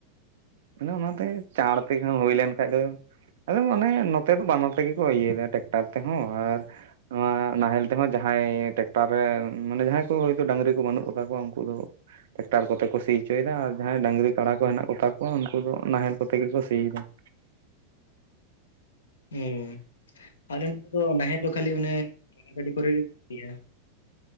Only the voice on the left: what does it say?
ᱦᱩᱸ ᱟᱞᱮ ᱱᱚᱛᱮ ᱫᱚ ᱱᱟᱦᱮᱞ ᱫᱚ ᱠᱷᱟᱹᱞᱤ ᱚᱱᱮ ᱛᱚᱞᱟ ᱜᱟᱹᱰᱤ ᱠᱚᱨᱮ ᱜᱮᱠᱚ ᱥᱤᱭᱟ᱾